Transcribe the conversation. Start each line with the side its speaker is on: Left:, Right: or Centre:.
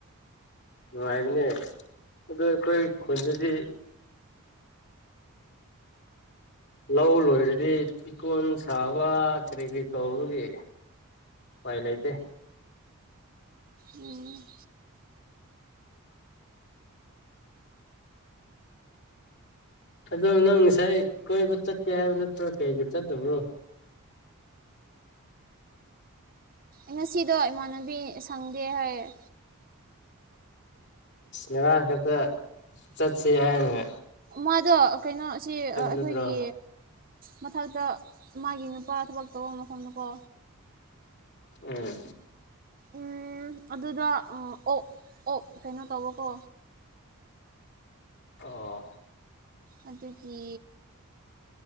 Left: ꯅꯨꯡꯉꯥꯏꯕꯅꯦ ꯑꯣ ꯑꯩꯈꯣꯏ ꯈꯨꯟꯗꯗꯤ ꯂꯧ ꯂꯣꯏꯔꯗꯤ ꯐꯤꯀꯣꯟ ꯁꯥꯕ ꯀꯔꯤ ꯀꯔꯤ ꯇꯧꯕꯒꯤ ꯄꯥꯏ ꯂ ꯏꯇꯦ
Right: ꯎꯝ
Left: ꯑꯗꯣ ꯅꯪ ꯉꯁꯥꯏ ꯀꯣꯏꯕ ꯆꯠꯀꯦ ꯍꯥꯏꯕ ꯅꯠꯇ꯭ꯔꯣ ꯀꯩꯒꯤ ꯆꯠꯇꯕ꯭ꯔꯣ
Right: ꯉꯁꯤꯗ ꯏꯃꯥꯟꯅꯕꯤ ꯁꯪꯗꯦ ꯍꯥꯏꯣꯏ
Left: ꯏꯅꯦꯉ ꯈꯦꯇ ꯆꯠꯁ ꯍꯥꯌꯦ
Right: ꯃꯥꯗꯣ ꯀꯩꯅꯣꯁꯤ ꯑꯩꯈꯣꯏꯒꯤ
Left: ꯅꯠꯇ꯭ꯔꯣ
Right: ꯃꯊꯛꯇ ꯃꯥꯒꯤ ꯅꯨꯄꯥ ꯊꯕꯛ ꯇꯧꯕ ꯃꯐꯝꯗꯀꯣ
Left: ꯑꯥ
Right: ꯎ ꯑꯗꯨꯗ ꯑꯣꯛ ꯑꯣꯛ ꯀꯩꯅꯣ ꯇꯧꯕꯀꯣ
Left: ꯑꯣ
Right: ꯑꯗꯨꯗꯒꯤ